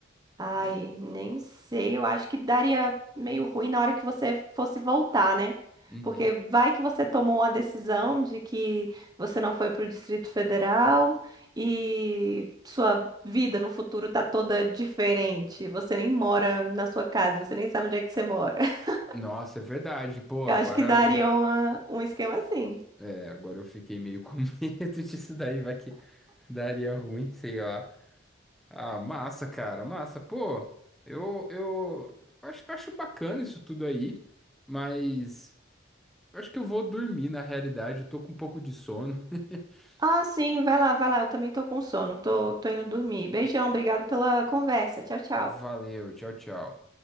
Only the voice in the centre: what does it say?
Mas,
uhum.
Nossa, é verdade. Pô,
agora.
É, agora eu fiquei meio com <laughs> medo disso daí, vai que daria ruim, sei lá. Ah, massa, cara, massa. Pô, eu, eu acho, acho bacana isso tudo aí, mas eu acho que eu vou dormir na realidade, eu tô com um pouco de sono. <laughs>
Valeu, tchau, tchau.